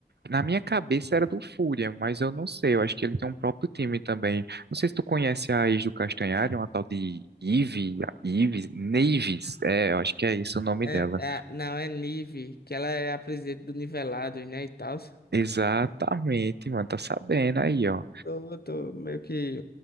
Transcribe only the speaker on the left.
É,
é- não, é Nive, que ela é a presidente do Nivelados, né, e tal.
Tô, tô meio que